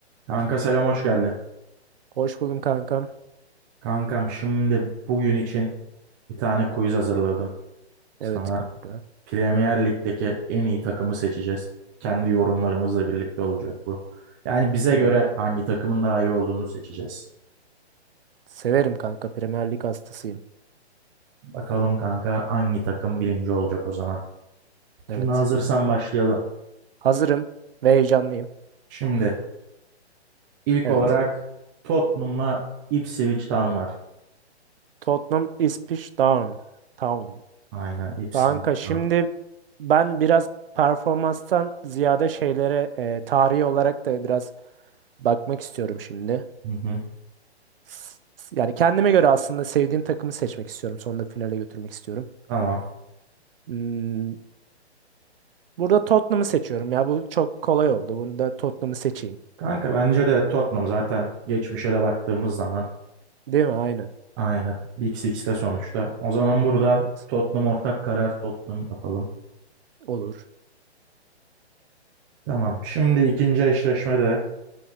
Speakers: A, on the right; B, on the right.
A: Kanka selam hoş geldin.
B: Hoş buldum kankam.
A: Kankam şimdi bugün için bir tane quiz hazırladım. Sana
B: Evet kanka.
A: Premier Lig'deki en iyi takımı seçeceğiz. Kendi yorumlarımızla birlikte olacak bu. Yani bize
B: Evet.
A: göre hangi takımın daha iyi olduğunu seçeceğiz.
B: Severim kanka. Premier Lig hastasıyım.
A: Bakalım kanka hangi takım birinci olacak o zaman. Şimdi
B: Evet.
A: hazırsan başlayalım.
B: Hazırım ve heyecanlıyım.
A: Şimdi ilk
B: Evet.
A: olarak Tottenham'la Ipswich Town var.
B: Tottenham İspiş Town. Town.
A: Aynen Ipswich
B: Kanka şimdi
A: Town.
B: ben biraz performanstan ziyade şeylere e, tarihi olarak da biraz bakmak istiyorum şimdi.
A: Hı hı.
B: S- Yani kendime göre aslında sevdiğim takımı seçmek istiyorum. Sonunda finale götürmek istiyorum.
A: Tamam.
B: Hmm, burada Tottenham'ı seçiyorum. Ya bu çok kolay oldu. Bunu da Tottenham'ı seçeyim.
A: Kanka bence de Tottenham zaten geçmişe de baktığımız zaman
B: Değil mi? Aynen.
A: Aynen. iki 2de sonuçta. O zaman burada
B: Evet.
A: Tottenham ortak karar Tottenham yapalım.
B: Olur.
A: Tamam. Şimdi ikinci eşleşmede